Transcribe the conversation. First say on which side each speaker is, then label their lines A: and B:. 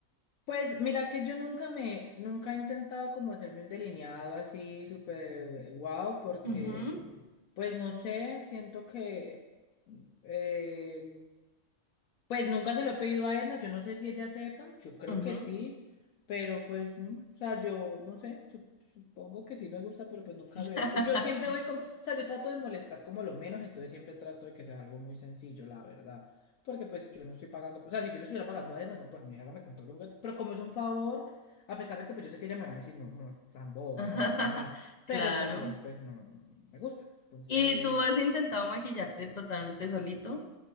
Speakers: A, on the left; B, on the left.
A: Pues mira que yo nunca me, nunca he intentado como hacerme un delineado así súper wow, porque
B: Ujú,
A: Pues no sé, siento que eh, pues nunca se lo he pedido a Edna, yo no sé si ella sepa, yo creo
B: ujú.
A: que sí, pero pues, no, o sea, yo no sé, sup- supongo que sí me gusta, pero pues nunca
B: <clears throat>
A: lo he hecho. Yo siempre voy como, o sea, yo trato de molestar como lo menos, entonces siempre trato de que sea algo muy sencillo, la verdad, porque pues yo no estoy pagando, o sea, si yo le estuviera pagando a Edna, no, pues mí hágame con todos los gatos pero como es un favor, a pesar de que pues yo sé que ella me va a decir, no, amor, tan bobo,
B: <laughs>
A: o sea, no pasa nada,
B: Claro.
A: pero pues igual, pues no, no no me gusta, entonces...
B: ¿Y tú has intentado maquillarte totalmente solito?